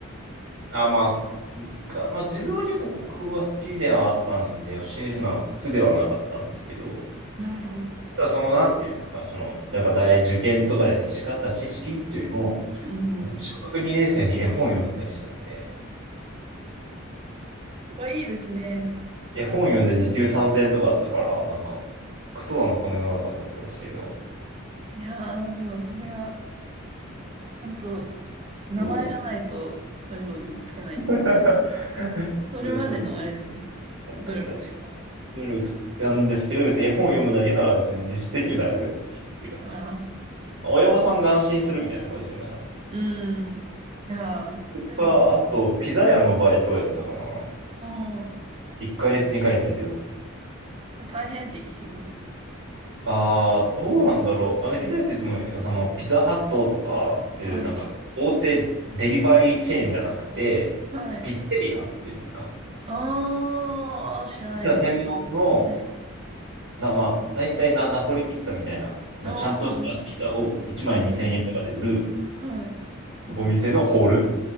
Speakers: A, on the right; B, on the right.
A: あ、まあ、難か、まあ自分は結構国語が好きではあったんで、教えるのは苦ではなかったんですけど、
B: なるほど。
A: ただその、なんていうんですか、その、やっぱ大受験とかで培った知識っていうよりも、
B: うん。
A: 私、小学2年生に絵本読んでたりしてたんで、
B: わ、いいですね。
A: 絵本読んで時給3000円とかあったから、なんか、クソだな、この世の中と思ってましたけど、
B: いやー、でもそれは、ちゃんと名前がないと、
A: そう。
B: そういうのにもつけない。
A: <laughs>
B: それまでのあれですよ。
A: で、そう、だから、
B: 努力というか。
A: 努力なんですけど、別に絵本を読むだけなら別に実質的に誰でもできるっていう感じ。
B: ああ。
A: 親御さんが安心するみたいなとこですよね、だからね。
B: うん。いやー、それを、
A: か、あと、ピザ屋のバイトをやってたかな。
B: あ
A: 1ヶ月、2ヶ月だけど。
B: あ、大変って聞きます。
A: ああどうなんだろう。あの、ピザ屋って言っても、その、ピザハットとかっていう、
B: はい。
A: なんか、大手デリバリーチェーンじゃなくて、
B: はい。
A: ピッツェリアっていうんですか。
B: ああ、知らないです。
A: ピザ専門の、
B: はい。
A: な、まあ、大体ナ、ナポリピッツァみたいな、なちゃんとしたピザを1枚2000円とかで売る
B: ああ、うん。はい。
A: お店のホール。